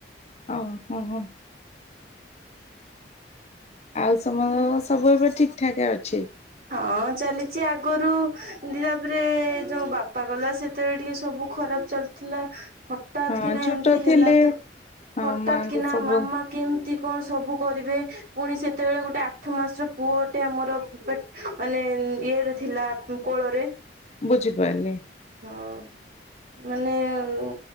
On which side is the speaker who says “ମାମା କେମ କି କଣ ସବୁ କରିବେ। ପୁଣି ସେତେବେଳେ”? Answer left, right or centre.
Right